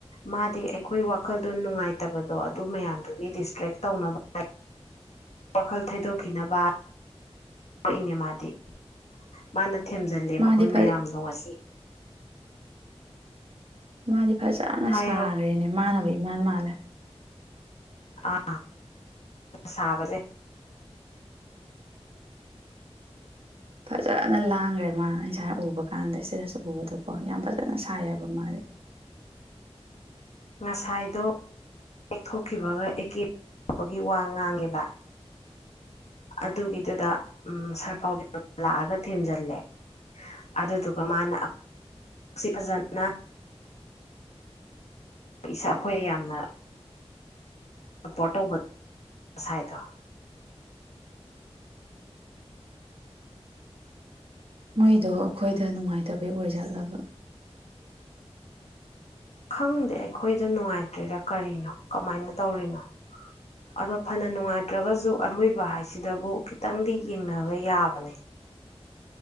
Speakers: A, on the left; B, on the right.
A: ꯃꯥꯗꯤ ꯑꯩꯈꯣꯏ ꯋꯥꯈꯜꯗꯣ ꯅꯨꯡꯉꯥꯏꯇꯕꯗꯣ ꯑꯗꯨ ꯃꯌꯥꯝꯗꯨꯒꯤ ꯗꯤꯁꯇ꯭ꯔꯦꯛ ꯇꯧꯅꯕ ꯍꯥꯏ ꯋꯥꯈꯜ ꯊꯩꯗꯣꯛꯈꯤꯅꯕ ꯇꯔꯛꯏꯅꯦ ꯃꯥꯗꯤ ꯃꯥꯅ ꯊꯦꯝꯖꯤꯜꯂꯦ ꯑꯩꯈꯣꯏ
B: ꯃꯥꯗꯤ ꯐ
A: ꯃꯌꯥꯝꯗꯣ ꯉꯁꯤ
B: ꯃꯥꯗꯤ ꯐꯖꯅ
A: ꯍꯥꯏꯌꯣ
B: ꯁꯥꯈ꯭ꯔꯦꯅꯦ ꯃꯥꯅꯕꯩ ꯜ ꯃꯥꯂꯦ
A: ꯑꯥ ꯁꯥꯕꯁꯦꯥ
B: ꯐꯖꯅ ꯂꯥꯡꯈ꯭ꯔꯦ ꯃꯥ ꯉꯁꯥ ꯎꯕ ꯀꯥꯟꯗ ꯁꯤꯗꯁꯨ ꯎꯕꯗꯣꯀꯣ ꯌꯥꯝ ꯐꯖ ꯐꯖꯅ ꯁꯥꯕ ꯃꯥꯜꯂꯦ
A: ꯉꯁꯥꯏꯗꯣ ꯍꯛꯊꯣꯛꯈꯤꯕꯒ ꯑꯦꯀꯦ ꯇꯥꯎꯕꯒꯤ ꯋꯥ ꯉꯥꯡꯉꯦꯕ ꯑꯗꯨꯒꯤꯗꯨꯗ ꯁꯥꯔꯐꯥꯎꯗ ꯂꯥꯛꯑꯒ ꯊꯦꯝꯖꯤꯜꯂꯦ ꯑꯗꯨꯗꯨꯒ ꯃꯥꯅ ꯐꯖꯅ ꯏꯁꯥ ꯑꯩꯈꯣꯏ ꯌꯥꯝꯅ ꯁꯞꯄꯣꯔꯠ ꯇꯧꯕ ꯉꯁꯥꯏꯗ
B: ꯃꯣꯏꯗꯣ ꯑꯩꯈꯣꯏꯗ ꯅꯨꯡꯉꯥꯏꯇꯕꯒꯤ ꯑꯣꯏꯖꯠꯂꯒ
A: ꯈꯪꯗꯦ ꯑꯩꯈꯣꯏꯗ ꯅꯨꯡꯉꯥꯏꯇ꯭ꯔꯔꯤꯔꯥ ꯀꯔꯤꯅꯣ ꯀꯃꯥꯏꯅ ꯇꯧꯔꯤꯅꯣ ꯑꯗꯣ ꯐꯅ ꯅꯨꯡꯉꯥꯏꯇ꯭ꯔꯒꯁꯨ ꯑꯔꯣꯏꯕ ꯍꯥꯏꯁꯤꯗꯕꯨ ꯈꯤꯇꯪꯗꯤ ꯌꯦꯡꯅꯕ ꯌꯥꯕꯅꯦ